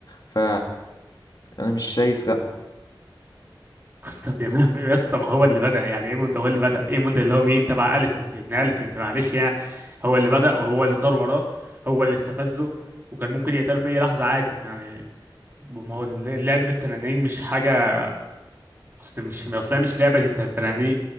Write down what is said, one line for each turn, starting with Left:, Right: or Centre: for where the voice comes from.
Left: ف انا مش شايف لا
Right: طب يا مان- يا اسطى ما هو اللي بدأ يعني ايموند هو اللي بدأ ايموند اللي هو مين تبع اليسنت ابن اليسنت معلش يعني هو اللي بدأ وهو اللي طار وراه هو اللي استفزه وكان ممكن يقتله في اي لحظة عادي يعني ما هو اللعب بالتنانين مش حاجة اصل مش ما اصل هي مش لعبه دي تنانين